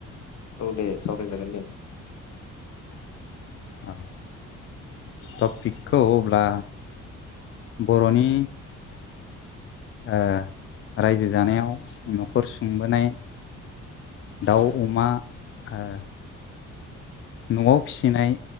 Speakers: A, on the left; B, on the left.
A: औ दे सावरायजागोन दे
B: अ टपिकखौ अब्ला बर'नि ओ रायजो जानायाव न'खर सुंबोनाय दाउ अमा ओ न'आव फिसिनाय